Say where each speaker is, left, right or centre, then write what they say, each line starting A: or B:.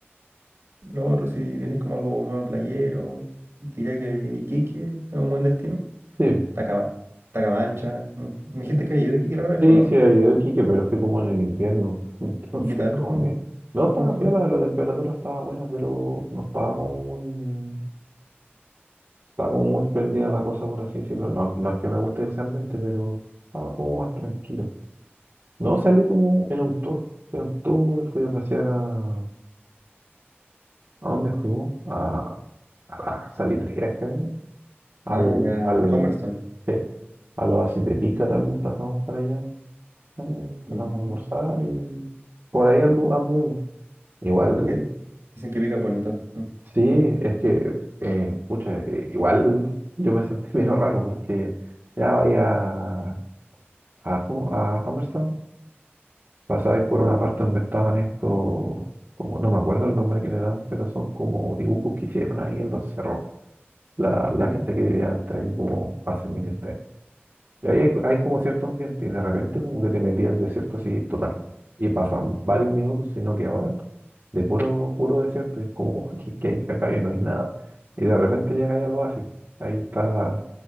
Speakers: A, on the right (about 80°); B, on the right (about 55°).
A: Lo otro, si diréis como algo más playero, diría que Iquique es un buen destino.
B: Sí,
A: Tacama- Tacamancha. ¿no? Me dijiste que había ido de Iquique la otra vez,
B: sí,
A: pues, ¿no?
B: sí, había ido a Iquique, pero fui como en el invierno. <laughs> Entonces,
A: ¿Y qué tal?
B: como
A: ¿Cómo,
B: que... No estaba
A: cómo fue?
B: piola, la temperatura estaba buena, pero no estaba como muy... Estaba como muy prendida la cosa, por así decirlo. No, no es que me guste ese ambiente, pero estaba como más tranquilo. No, salí como en un tour. Fui a un tour, fui a pasear a... ¿A dónde fuimos? A, a las salitreras que había. Al,
A: Ah, ya,
B: al,
A: a Humberstone.
B: sí, al oasis de Pica también pasamos para allá. eh, Pasamos
A: Ya.
B: a almorzar y por ahí andu, anduvimos. Igual,
A: Pues pica- dicen que pica bonito. mm.
B: sí, es que, eh, pucha, eh, igual yo me sentí <laughs> medio raro porque ya vaya a, a, Ju- a Humberstown pasáis por una parte donde estaban estos, como no me acuerdo el nombre que le dan, pero son como dibujos que hicieron ahí en los cerros, la,
A: Ya.
B: la gente que vivía antes ahí como hace miles de años. Y ahí hay, hay como cierto ambiente y de repente como que te metí al desierto así total. Y pasan varios minutos, sino que ahora, de puro, puro desierto, y es como, "Oh, ¿qué, qué hay acá? Y no hay nada. Y de repente llegáis al oasis, ahí está